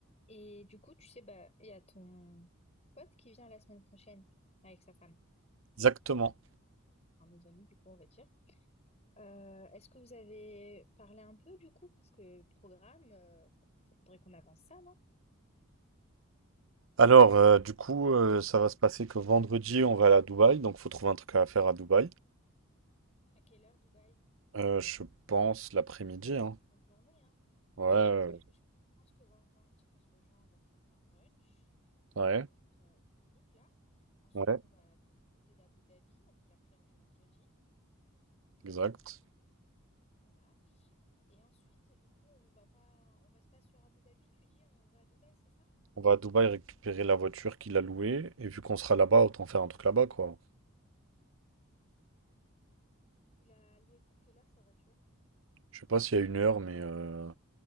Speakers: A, on the left; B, on the right.
A: Et du coup, tu sais, bah, il y a ton pote qui vient la semaine prochaine avec sa femme,
B: Exactement.
A: un de nos amis, du coup, on va dire. Euh, est-ce que vous avez parlé un peu du coup? Parce que programme, euh, faudrait qu'on avance ça, non?
B: Alors, euh, du coup, euh, ça va se passer que vendredi, on va aller à Dubaï, donc faut trouver un truc à faire à Dubaï.
A: À quelle heure Dubaï?
B: Euh, je pense l'après-midi, hein.
A: Fin de journée, hein?
B: Ouais, euh,
A: Parce que je pense que vendredi, on se rejoint, on va prendre un brunch.
B: ouais,
A: Donc, euh, au truc là. Ensuite,
B: ouais,
A: on va à la grande mosquée d'Abu Dhabi. On fait la prière du vendredi.
B: exact.
A: Voilà. Et ensuite, du coup, on va pas, on reste pas sur Abu Dhabi. Tu dis, on va à Dubaï, c'est ça?
B: On va à Dubaï récupérer la voiture qu'il a louée, et vu qu'on sera là-bas, autant faire un truc là-bas, quoi.
A: Il a loué pour quelle heure sa voiture?
B: Je sais pas s'il y a une heure, mais euh,